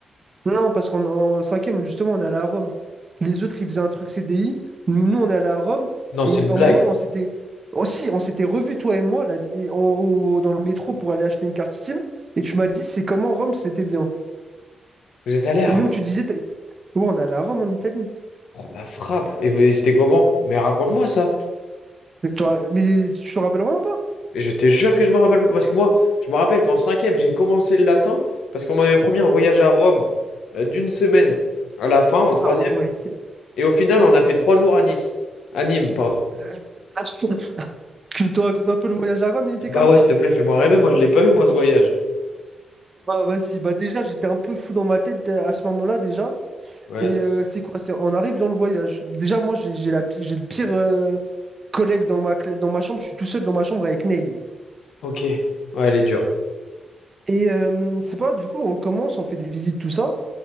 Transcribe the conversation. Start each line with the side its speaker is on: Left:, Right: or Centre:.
Right: Non, parce qu'en en 5 justement, on est allé à Rome. Les autres, ils faisaient un truc CDI. Nous, on est allé à Rome.
Left: Non,
Right: Et
Left: c'est une
Right: en
Left: blague.
Right: moment, on s'était... Aussi, on s'était revus, toi et moi, la- et en- au- dans le métro pour aller acheter une carte Steam. Et tu m'as dit, c'est comment Rome, c'était bien.
Left: J'étais allé à
Right: Et même, tu disais, t'as- ouais, on est allé à Rome en Italie.
Left: oh, la frappe. Et vous- c'était comment? Mais raconte-moi ça.
Right: Mais tu te ra- mais tu te rappelles vraiment
Left: Et je te jure que je me rappelle pas. Parce que moi, je me rappelle qu'en cinquième, j'ai commencé le latin. Parce qu'on m'avait promis un voyage à Rome euh, d'une semaine à la fin, en troisième.
Right: Ah ouais.
Left: Et au final, on a fait trois jours à Nice. À Nîmes, pardon.
Right: <laughs> Tu me te racontes un peu le voyage à Rome, il était
Left: Bah
Right: comment?
Left: ouais, s'il te plaît, fais-moi rêver. Moi, je l'ai pas vu, moi, ce voyage.
Right: Bah vas-y, bah déjà j'étais un peu fou dans ma tête à ce moment-là déjà.
Left: Ouais.
Right: Et euh, c'est quoi? C'est on arrive dans le voyage. Déjà moi j'ai j'ai la pi- j'ai le pire euh, collègue dans ma cla- dans ma chambre. Je suis tout seul dans ma chambre avec Neil.
Left: Ok. Ouais, elle est dure.
Right: Et euh, c'est pas du coup on commence, on fait des visites tout ça.